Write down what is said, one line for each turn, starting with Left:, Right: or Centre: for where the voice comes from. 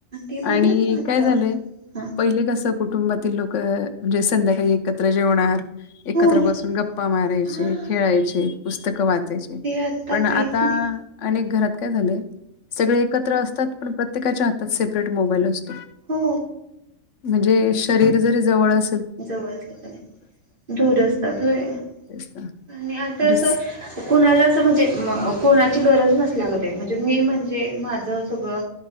Right: ते बघलच
Left: आणि
Right: ना आता
Left: काय झालंय
Right: हा
Left: पहिले कस कु कुटुंबातील लोक म्हणजे संध्याकाळी एकत्र जेवणार एकत्र
Right: होय
Left: बसून गप्पा मारायचे
Right: हा
Left: खेळायचे पुस्तकं वाचायचे
Right: ते
Left: पण आता
Right: काहीच नाही
Left: अनेक घरात काय झालंय सगळे एकत्र असतात पण प्रत्येकाच्या हातात सेपरेट मोबाईल असतो.
Right: हो,
Left: म्हणजे शरीर जरी जवळ अस
Right: जवळ असलं त दूर असतात होय.
Left: तेच ना
Right: आणि आता
Left: म्हणजे
Right: असं
Left: स
Right: कुणाला असं म्हणजे म्ह कोणाची गरज नसल्या गत है म्हणजे मी म्हणजे माझं सगळं